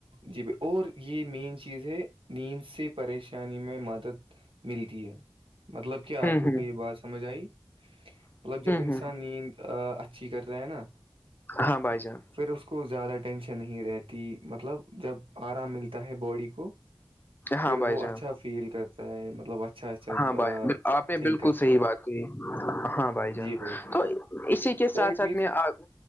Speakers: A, on the right (about 85°); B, on the left (about 20°).
A: جی ب اور یہ مین چیز ہے نیند سے پریشانی میں مدد ملتی ہے مطلب کہ آپ
B: ہوں
A: کو
B: ہ
A: یہ بات سمجھ مطلب جب انسان
B: ہوں ہ
A: نیند اچھی کر رہا ہے نا
B: ہاں بھائی جان
A: پھر اس کو زیادہ ٹینشن نہیں رہتی مطلب جب آرام ملتا ہے باڈی کو
B: ہاں
A: پھر
B: بھائی
A: وہ
B: جان
A: اچھا فیل کرتا ہے مطلب اچھا اچھا
B: ہاں بھائی آپ نے
A: تھنک
B: بالکل
A: کرتا
B: صحیح
A: ہے
B: بات کی ہاں بھائی جان
A: جی جی بھائی
B: تو اسی کے ساتھ
A: دیٹ
B: ساتھ
A: مینس
B: میں آپ